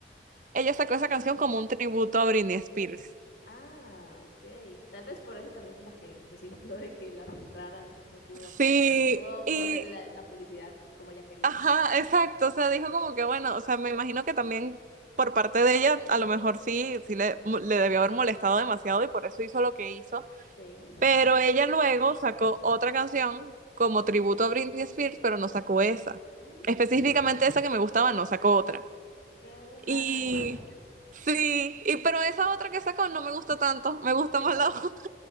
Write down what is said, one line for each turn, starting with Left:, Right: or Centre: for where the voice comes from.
Right: ella sacó esa canción como un tributo a Britney Spears.
Left: Ah, ok. Tal vez por eso también como que se sintió de que la filtraran. No pudo aprovechar,
Right: Sí,
Left: no pudo
Right: y
Left: como hacerle la, la publicidad como ella quería.
Right: ajá, exacto. O sea, dijo como que bueno, o sea, me imagino que también por parte de ella, a lo mejor sí, sí le, mo- le debió haber molestado demasiado y por eso hizo lo que hizo.
Left: Sí.
Right: Pero ella luego sacó otra canción como tributo a Britney Spears, pero no sacó esa.
Left: Mm,
Right: Específicamente esa que me gustaba, no sacó otra.
Left: Qué raro.
Right: Y sí, y pero esa otra que sacó no me gustó tanto, me gusta
Left: <laughs>
Right: más la <laughs> otra.